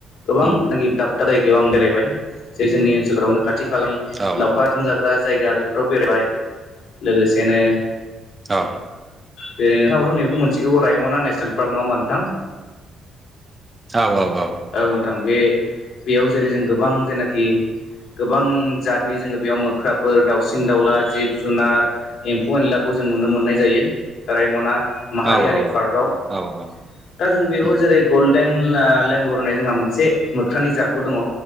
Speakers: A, on the left; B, on the right.
A: गोबांनाखि
B: उम
A: दाब दाब जायगायाव आं बेरायबाय जे जोंनि ओनसोलफ्रावनो खाथि खालानि
B: औ
A: लावखार
B: औ
A: ओंखाम जाग्रा जायगा बे फोराव बेरायबाय लोगोसेनो
B: औ
A: जेरै नोंथांआबोथ' नैखौ मोनथिगौ रायमना नेसनेल पार्क नङा होमबा नोंथां?
B: औ औ औ
A: औ नोंथां बे बेयाव जेरै जों गोबां जेनाखि गोबां जातनि जोङो बेयाव मोख्राफोर दाउसिन दाउला जिब जुनार एम्फौ एनला खौ जों नुनो मोन्नाय जायो रायमना माहारियारि
B: औ
A: पार्कआव
B: औ उम औ औ
A: दा जों बेयाव
B: उम उम
A: जेरै गल्डेन लेंगर होननाय जोंहा मोनसे मोख्रानि जातबो दङ।